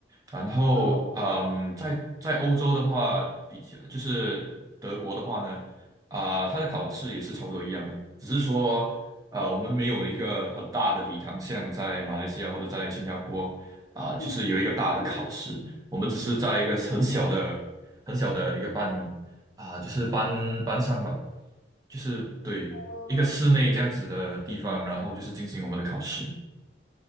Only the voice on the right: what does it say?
然后嗯，
在在欧洲的话，比较就是德国的话呢，啊、它的考试也是差不多一样的，只是说啊、我们没有一个很大的礼堂，像在马来西亚或者在新加坡啊、就是有一个大的考试，
我们只是在一个很小的很小的一个班啊、就是班班上吧。就是对一个室内这样子的地方，
然后就是进行我们的考试。